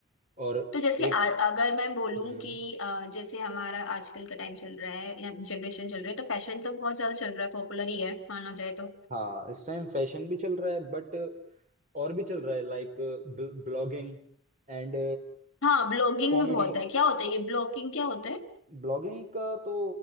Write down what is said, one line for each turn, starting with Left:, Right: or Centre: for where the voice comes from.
Right: और
Left: तो जैसे
Right: एक
Left: आ, अगर मैं बोलूं
Right: हम्म
Left: कि अ, जैसे हमारा आजकल का टाइम चल रहा है या जनरेशन चल रही है तो फैशन तो बहुत ज्यादा चल रहा है पॉपुलर ही है माना जाए तो
Right: हाँ इस टाइम फैशन भी चल रहा है बट और भी चल रहा है like blogging and
Left: हाँ ब्लॉगिंग
Right: comedy
Left: भी बहुत है क्या होता है ये ब्लॉगिंग क्या होता है
Right: Blogging का तो